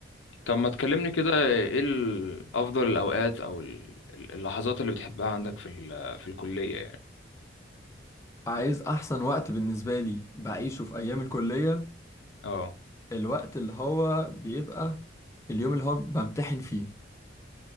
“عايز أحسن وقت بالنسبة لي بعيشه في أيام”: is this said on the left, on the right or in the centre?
Left